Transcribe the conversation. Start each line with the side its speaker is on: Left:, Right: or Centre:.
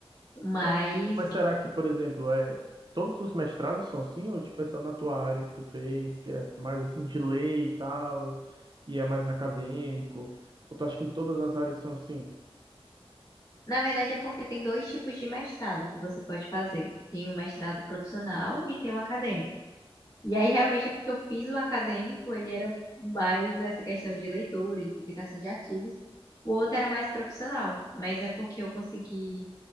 Left: Mas
Right: Mas, mas será que, por exemplo, é, todos os mestrados são assim? Ou tipo, é só na tua área que tu fez, que é mais assim de lei e tal, e é mais acadêmico? Ou tu acha que em todas as áreas são assim?
Left: na verdade é porque tem dois tipos de mestrado que você pode fazer. Tem o mestrado profissional e tem o acadêmico. E aí realmente é porque eu fiz o acadêmico, ele era mais nessa questão de leitura, de publicação de artigos. O outro era mais profissional, mas é porque eu consegui